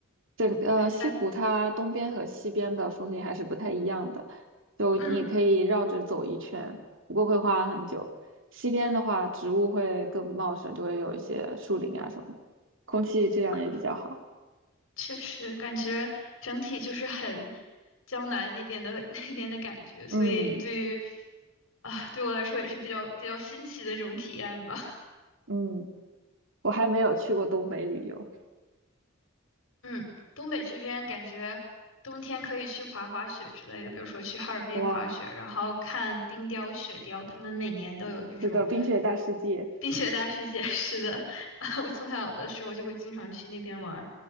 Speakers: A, on the right (about 65°); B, on the left (about 75°).
A: 整呃西湖它东边和西边的风景还是不太一样的，
B: 对，下，
A: 就你可以绕着走一圈，
B: 嗯，
A: 不过会花很久。西边的话，植物会更茂盛，就会有一些树林啊什么的空气质量也比较好。
B: 啊确实感觉整体就是很江南那边的 <laughs> 那边的感觉，所以对于
A: 嗯
B: 啊，对我来说也是比较比较新奇的这种体验吧。
A: 嗯，我还没有去过东北旅游，
B: 嗯，东北这边感觉冬天可以去滑滑雪之类的，比如说去哈尔滨滑雪，
A: 哇。
B: 然后看冰雕、雪雕，他们每年都有那种
A: 是的，冰雪大世界。
B: 冰雪大世界似的。<laughs> 我从小的时候就会经常去那边玩儿